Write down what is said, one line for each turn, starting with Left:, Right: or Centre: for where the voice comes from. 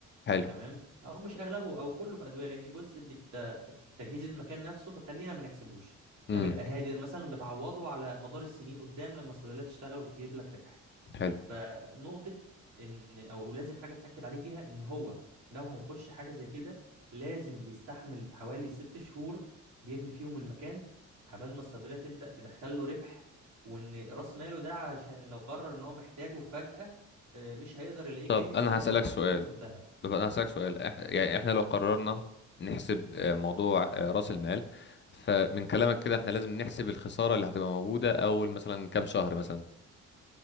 Left: حلو
Right: تمام او مش اغلبه او كله في ادويه لان جزء بيبقى في تجهيز المكان نفسه فخلينا ما نحسبوش
Left: امم
Right: ده بيبقى هادر مثلا بتعوضه على مدار السنين قدام لما الصيدليه تشتغل وتجيب لك ربح
Left: حلو
Right: فنقطه ان او لازم حاجه اتاكد عليه فيها ان هو لو هيخش حاجه زي كده لازم بيستحمل حوالي ست شهور بيبني فيهم المكان عبال ما الصيدليه تبدا تدخل له ربح وان راس ماله ده علشان لو قرر ان هو محتاجه فجاه آه، مش هيقدر يلاقيه
Left: طب
Right: جاهز
Left: انا
Right: زي
Left: هسألك
Right: لو حط
Left: سؤال
Right: فلوسه في دهب
Left: طب انا هسألك سؤال إح... يعني احنا لو قررنا نحسب آه، موضوع آه، رأس المال فمن كلامك كده احنا لازم نحسب الخسارة اللي هتبقى موجودة اول مثلا كام شهر مثلا